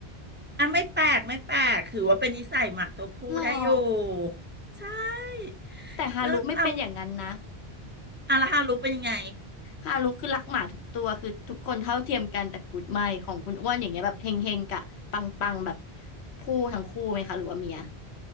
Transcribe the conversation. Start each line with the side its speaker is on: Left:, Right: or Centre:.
Right: อ่ะไม่แปลกไม่แปลกถือว่าเป็นนิสัยหมาตัวผู้ได้อยู่
Left: หรอ
Right: ใช่
Left: แต่ฮารุไม่เป็นอย่างนั้นนะ
Right: ก็เราอาราฮารุเป็นยังไง
Left: ฮารุคือรักหมาทุกตัวคือทุกคนเท่าเทียมกันแต่กูดไม่ของคุณอ้วนอย่างเงี้ยแบบเฮงเฮงกะปังปังๆแบบผู้ทั้งคู่ไหมคะหรือว่าเมีย